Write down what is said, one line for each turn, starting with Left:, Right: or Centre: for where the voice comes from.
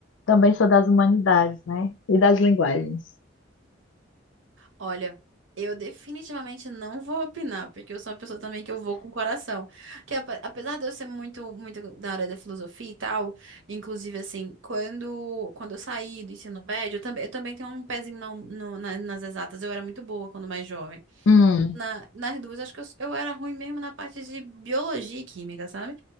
Left: Também sou das humanidades, né? E das linguagens.
Right: Olha, eu definitivamente não vou opinar, porque eu sou uma pessoa também que eu vou com o coração. Que apa- apesar de eu ser muito, muito da área da filosofia e tal, inclusive assim, quando, quando eu saí do ensino médio, eu também, eu também tenho um pezinho na- no- na- nas exatas. Eu era muito boa quando mais jovem.
Left: Hum.
Right: Na, nas duas, acho que eu, eu era ruim mesmo na parte de biologia e química, sabe?